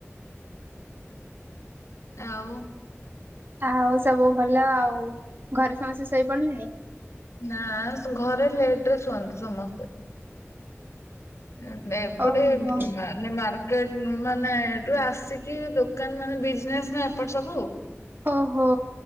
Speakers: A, on the left; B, on the right.
A: ଆଉ।
B: ଆଉ ସବୁ ଭଲ ଆଉ ଘରେ ସମସ୍ତେ ଶୋଇପଡିଲେଣି।
A: ନା ଶ୍ ଘରେ ଲେଟ ରେ ଶୁଅନ୍ତି ସମସ୍ତେ। ଉଁ ନେ ଏପଟେ
B: ଓହୋ
A: ଭୁ ନା ମାନେ ମାର୍କେଟ ନୁ ମାନେ ରୁ ଆସିକି ଦୋକାନ ମାନେ ବିଜନେସ ନା ଏପଟ ସବୁ‌।
B: ଓହୋ!